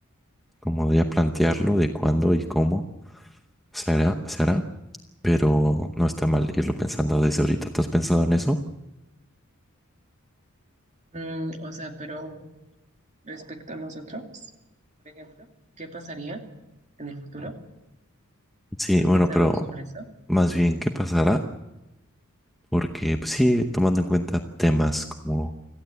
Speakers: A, in the centre; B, on the right (about 35°).
A: como de a plantearlo de cuándo y cómo se hará, se hará, pero no está mal irlo pensando desde ahorita. ¿Tú has pensado en eso?
B: Mm, o sea, pero respecto a nosotros, por ejemplo, ¿qué pasaría en el futuro?
A: Sí,
B: ¿Has
A: bueno,
B: pensado
A: pero
B: sobre eso?
A: más bien, ¿qué pasará? Porque pues, sí, tomando en cuenta temas como